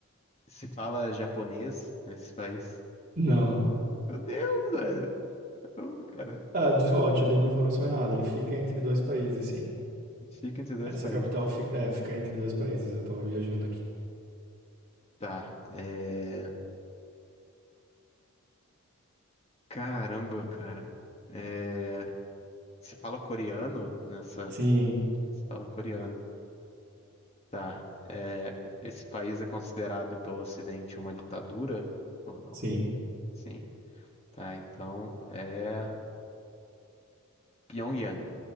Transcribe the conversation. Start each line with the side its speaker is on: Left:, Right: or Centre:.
Left: se fala japonês nesse país?
Right: Não.
Left: Meu Deus, velho. Ô, Cara,
Right: Ah, des- ó, te dei uma informação errada. Ele fica entre dois países, sim.
Left: fica entre dois
Right: Essa
Left: países.
Right: capital fi- é, fica entre dois países. Eu tava viajando aqui.
Left: Tá. É... Caramba, cara. É... Se fala coreano nessa.
Right: Sim,
Left: Se fala coreano. Tá. É, esse país é considerado pelo Ocidente uma ditadura? Ou não?
Right: sim.
Left: Sim. Tá, então é Pyongyang.